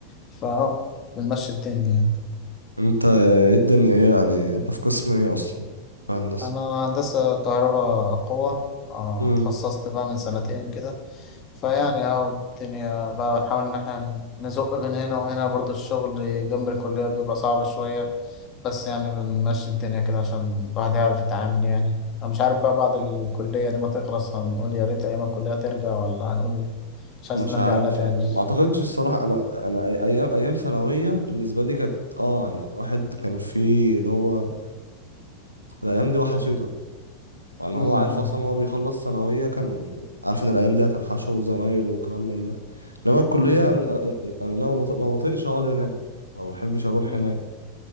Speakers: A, on the left; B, on the right.
A: فاهو بنمشي الدنيا يعني.
B: انت ايه الدنيا ايه يعني انت في قسم ايه اصلا في هندسه
A: انا هندسة كهرباء قوة آه،
B: امم
A: اتخصصت بقى من سنتين كده فيعني اهو الدنيا بقى بنحاول ان احنا نزق بين هنا وهنا برضو الشغل جنب الكلية بيبقى صعب شوية بس يعني بنمشي الدنيا كده عشان الواحد يعرف يتعامل يعني انا مش عارف بقى بعد الكلية دي ما تخلص هنقول يا ريت ايام الكلية ترجع ولا هنقول مش عايزين
B: مش
A: نرجع
B: عارف
A: لها تاني
B: يعني ما اعتقدش الصراحه انا انا أي- ايام ايام ثانويه بالنسبه لي كانت اه يعني واحد كان فيه اللي هو الايام دي وحشته يعني
A: مم.
B: هو عارف اصلا هو بيخلص ثانويه كان عارف ان الايام دي هتوحشه وزمايله وكلام من ده انما الكليه
A: مم.
B: انا أنا- أنا ما بط- ما بطيقش اقعد هناك ما بحبش اروح
A: مم.
B: هناك